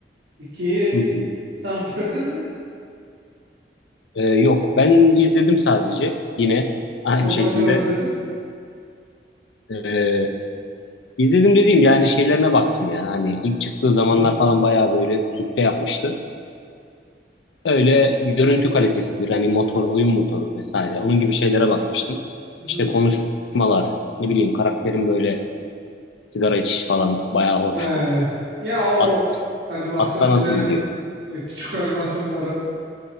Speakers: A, on the right (about 75°); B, on the left (about 85°).
A: 2'yi
B: Hı hı.
A: sen bitirdin mi?
B: Ee, yok ben izledim sadece yine aynı
A: Sonuna
B: şekilde.
A: kadar izledin mi?
B: Ee, izledim dediğim yani şeylerine baktım ya. Hani ilk çıktığı zamanlar
A: Ne?
B: falan bayağı böyle sükse yapmıştı. Öyle görüntü kalitesidir hani motor, oyun motoru vesaire onun gibi şeylere bakmıştım.
A: Hı
B: İşte konuşmalar, ne bileyim karakterin böyle sigara içişi falan bayağı hoştu.
A: Ne? Ya o
B: At,
A: animasyon
B: atta
A: şeyleri
B: nasıl gidiyor?
A: e, küçük animasyonları